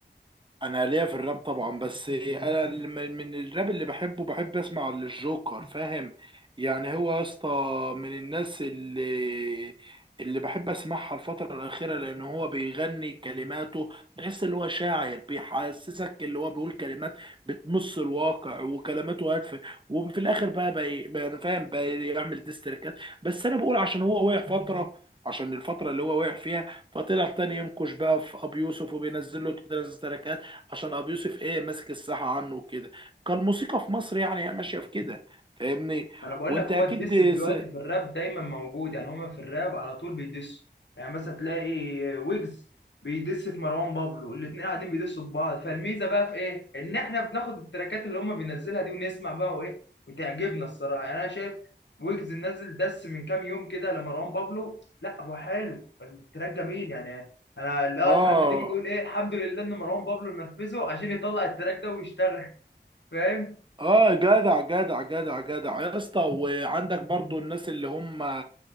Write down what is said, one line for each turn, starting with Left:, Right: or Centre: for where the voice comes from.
Right: انا ليا في الراب طبعا بس انا اللي من من الراب اللي بحبه بحب اسمع للجوكر فاهم يعني هو يا اسطى من الناس اللي اللي بحب اسمعها الفترة الأخيرة لأن هو بيغني كلماته تحس اللي هو شاعر بيحسسك اللي هو بيقول كلمات بتمس الواقع وكلماته هادفة وفي الآخر بقى بي- بقى فاهم بيعمل ديستركات بس أنا بقول عشان هو وقع فترة عشان الفترة اللي هو وقع فيها فطلع تاني ينقش بقى في أبي يوسف وبينزل له تلات تراكات عشان ابو يوسف ايه ماسك الساحه عنه وكده كان الموسيقى في مصر يعني ماشيه في كده فاهمني
Left: ما انا بقول
Right: وانت
Left: لك هو
Right: اكيد
Left: الدس دلوقتي
Right: س...
Left: في الراب دايما موجود يعني هما في الراب على طول بيدسوا يعني مثلا تلاقي ويجز بيدس في مروان بابلو الاثنين قاعدين بيدسوا في بعض فالميزه بقى في ايه ان احنا بناخد التراكات اللي هما بينزلها دي ونسمع بقى وايه وتعجبنا الصراحه يعني انا شايف ويجز نزل دس من كام يوم كده لمروان بابلو لا هو حلو التراك جميل يعني انا لا
Right: اه
Left: ساعات بتيجي تقول ايه الحمد لله ان مروان بابلو نرفزه عشان يطلع التراك ده ويشتغل <laughs> فاهم
Right: اه جدع جدع جدع جدع يا اسطى وعندك برضو الناس اللي هم